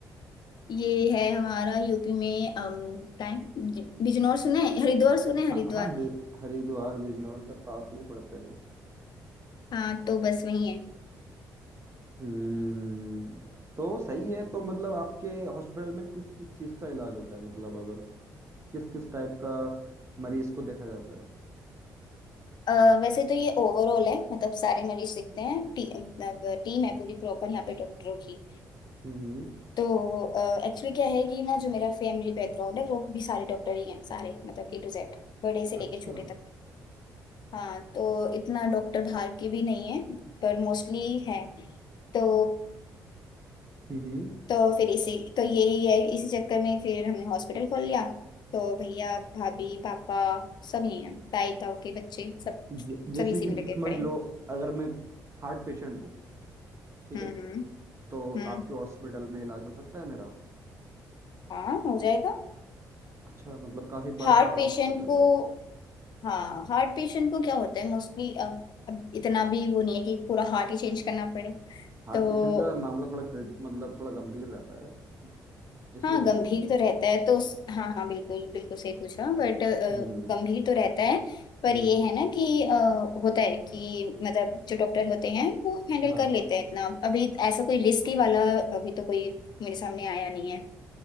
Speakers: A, on the left (about 55°); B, on the right (about 30°).
A: ये है हमारा यूपी में अम, क्या है? बिजनौर सुने हैं? हरिद्वार सुने
B: हाँ
A: हैं? हरिद्वार
B: हाँ बि- हरिद्वार बिजनौर सब पास में ही पड़ते हैं मेरे
A: हाँ तो बस वही है
B: हम्म तो सही है तो मतलब आपके हॉस्पिटल में किस किस चीज का इलाज होता है मतलब अगर किस किस टाइप का मरीज को देखा जाता है
A: अ, वैसे तो ये ओवरऑल है मतलब सारे मरीज दिखते हैं टी, मतलब टीम है पूरी प्रॉपर यहाँ पे डॉक्टरों की
B: हम्म
A: तो एक्चुअली क्या है कि ना जो मेरा फैमिली बैकग्राउंड है वो भी सारे डॉक्टर ही हैं सारे मतलब ए टू जेड बड़े से
B: अच्छा
A: लेके छोटे तक हाँ तो इतना डॉक्टर बाहर के भी नहीं है पर मोस्टली है तो
B: हम्म
A: तो फिर इसी तो यही है इसी चक्कर में फिर हमने हॉस्पिटल खोल लिया तो भैया भाभी पापा सब यही हैं ताई ताऊ के बच्चे सब
B: ज- जैसे
A: सब इसी
B: कि
A: में लगे
B: समझ
A: पड़े हैं
B: लो अगर मैं हार्ट पेशेंट हूँ ठीक
A: हम्म
B: है
A: हम्म
B: तो
A: हम्म
B: आपके हॉस्पिटल में इलाज हो सकता है मेरा
A: हाँ हो जाएगा
B: अच्छा मतलब काफी बड़ा
A: हार्ट
B: हॉस्पिटल
A: पेशेंट को
B: है
A: हाँ हार्ट पेशेंट को क्या होता है मोस्टली अब अब इतना भी वो नहीं है कि पूरा हार्ट ही चेंज करना पड़े
B: हार्ट
A: तो
B: पेशेंट का मामला थोड़ा क्रि- मतलब थोड़ा गंभीर रहता है इसलिए
A: हाँ
B: पूछ
A: गंभीर
B: रहा हूँ मैं
A: तो रहता है तो उस- हाँ हाँ बिल्कुल बिल्कुल सही पूछा बट
B: हम्म
A: गंभीर तो रहता है पर
B: हम्म
A: ये है ना कि अ, होता है कि मतलब जो डॉक्टर होते हैं वो हैंडल
B: हाँ
A: कर लेते हैं इतना अभी ऐसा कोई रिस्की वाला अभी तो कोई मेरे सामने आया नहीं है